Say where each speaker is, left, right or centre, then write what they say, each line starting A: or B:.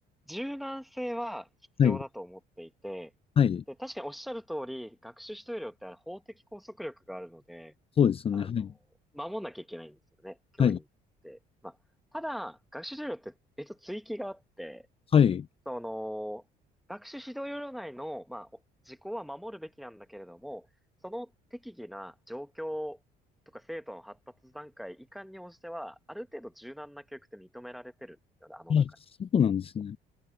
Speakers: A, in the centre; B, on the left.
A: 柔軟性は必要だと思っていて、
B: はい、はい、
A: で、確かにおっしゃる通り、学習指導料ってあれ法的拘束力があるので、
B: そうですよね。
A: あの、
B: はい、
A: 守んなきゃいけないんですよね、教員って。
B: はい、
A: まあ、ただ、学習指導料って別の追記があって、
B: はい。
A: その、学習指導要領内の、まあ、お時効は守るべきなんだけれども、その適宜な状況とか生徒の発達段階、遺憾に応じては、ある程度柔軟な教育って認められてるんですよね、あの中に。
B: あ、そうなんですね。